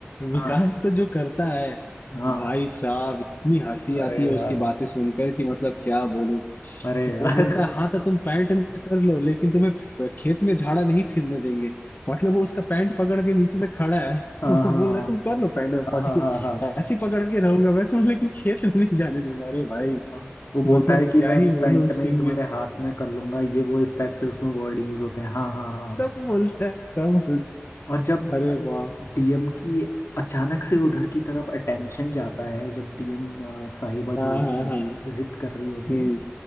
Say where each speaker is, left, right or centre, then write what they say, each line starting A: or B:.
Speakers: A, on the left; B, on the left.
A: विकास
B: हाँ
A: तो जो करता है
B: हाँ
A: भाई साहब इतनी हंसी
B: अरे
A: आती
B: यार
A: है उसकी बातें सुनकर कि मतलब क्या बोलूं
B: अरे
A: वो
B: यार
A: बोलता
B: <laughs>
A: है हाँ तो तुम पैंट में कर लो लेकिन तुम्हें खेत में झाड़ा नहीं फिरने देंगे मतलब वो उसका पैंट पकड़ के नीचे से खड़ा है <laughs>
B: हाँ
A: वो
B: हाँ
A: बोल रहा है तुम कर लो पैंट में पॉटी
B: हाँ हाँ हाँ हाँ
A: ऐसी पकड़ के रहूंगा मैं तुम
B: हाँ।
A: लेकिन खेत में नहीं जाने दूंगा अरे भाई
B: हाँ, वो बोलता
A: मतलब
B: है कि
A: क्या
B: मैं
A: ही बोलूं
B: पैंट
A: उस
B: में
A: सीन
B: ही तुम्हारे
A: में
B: हाथ में कर लूंगा ये वो इस टाइप से उसमें वर्ड यूज होते हैं हाँ हाँ हाँ
A: सब बोलता है सब बोलता
B: और जब
A: है अरे वाह
B: डीएम की अचानक से उधर की तरफ अटेंशन जाता है जब डीएम साहिबा
A: हाँ
B: जो उसमें
A: हाँ
B: होती
A: हाँ
B: है वो विजिट कर रही होती
A: हम्म
B: है